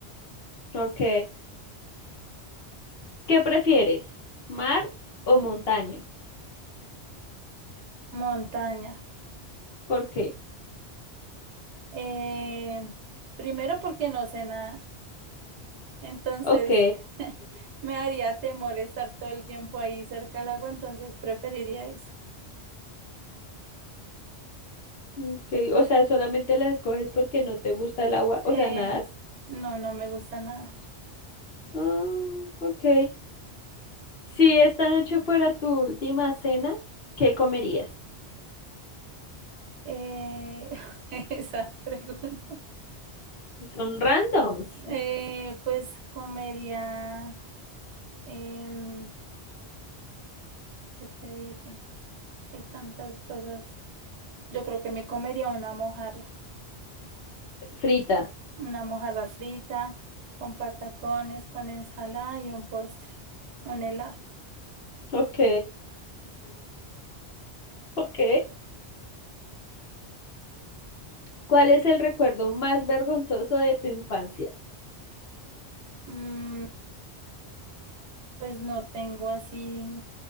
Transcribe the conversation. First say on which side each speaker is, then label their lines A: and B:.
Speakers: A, on the left; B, on the right.
A: Ok. ¿Qué prefieres? ¿Mar o montaña?
B: Montaña.
A: ¿Por qué?
B: Eh, primero porque no sé nadar, entonces
A: Ok.
B: me haría temor estar todo el tiempo ahí cerca al agua, entonces preferiría eso.
A: Ok. O sea, solamente la escoges porque no te gusta el agua. O
B: Eh,
A: sea, nadar.
B: no, no me gusta nadar.
A: Ah, ok. Si esta noche fuera tu última cena, ¿qué comerías?
B: Eh, <laughs> esas preguntas.
A: Son randoms.
B: Eh, pues comería, em, ¿qué te digo? Que hay tantas cosas. Yo creo que me comería una mojarra,
A: Frita.
B: una mojarra frita con patacones, con ensalada y un postre, un helado.
A: Ok. Ok. ¿Cuál es el recuerdo más vergonzoso de tu infancia?
B: Mm, pues no tengo así.